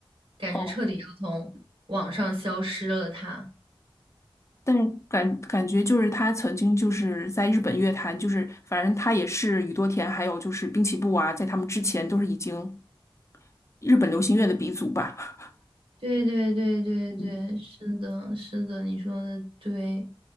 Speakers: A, on the right; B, on the left.
A: 感觉彻底要从网上消失了她。
B: 哦，但是感感觉就是她曾经就是在日本乐坛，就是反正她也是宇多田，还有就是滨崎步啊，在他们之前都是已经日本流行乐的鼻祖吧。
A: 对对对对对，
B: 嗯，
A: 是的，是的，你说的对，